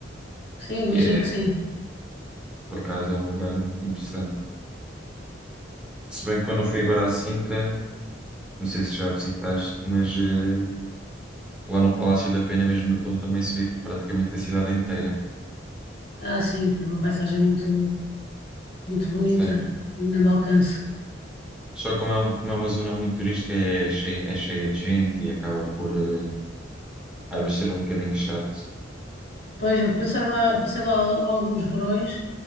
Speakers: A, on the left; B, in the centre.
A: Sim, imagino
B: E é,
A: que sim.
B: por acaso é um lugar interessante. Se bem que quando eu fui agora à Sintra, não sei se já visitaste, mas eh, Lá no Palácio da Pena, mesmo no topo, também se vê praticamente a cidade inteira.
A: Ah, sim, tem uma paisagem muito, muito bonita,
B: Sim.
A: em grande alcance.
B: Só como é, um- como é uma zona muito turística, é cheia, é cheia de gente e acaba por eh, às vezes ser um bocadinho chato.
A: Pois, eu passei lá, eu passei lá alguns verões